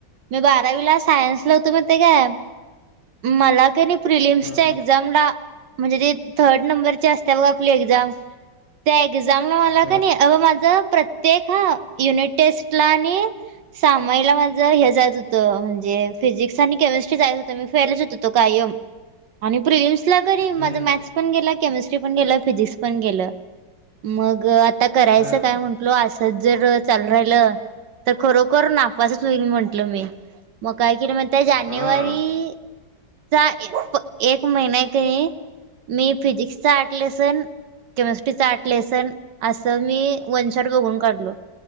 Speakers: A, on the right; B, on the left.
A: मी बारावीला सायन्सला होतो, माहितय काय मला कनी प्रिलिम्स
B: हां
A: एक्झामला म्हणजे ते थर्ड नंबरची असत्या बघ आपली एक्झाम त्या एक्झामला मला
B: हां
A: कनय अग माझ प्रत्येक ह युनिट टेस्टला आणि सामायला माझं हे जायत होतं. म्हणजे फिजिक्स आणि केमिस्ट्री जायत होत. मी फेलच होत तो कायम आणि प्रिलिम्सला तरी माझं
B: हम्म.
A: मॅथ्स पण गेलं, केमिस्ट्री पण गेलं. फिजिक्स पण गेलं. मग आता करायचं
B: हा.
A: काय म्हटलो, असंच जर चालू राहिलं तर खरोखर नापसच होईल म्हंटलं मी, म काय केल माहितीय जानेवारीचा
B: हा.
A: ए एक महिना ए ते मी फिजिक्सच आठ लेसन केमिस्ट्रीच आठ लेसन असं मी वनशॉट बघून काढलो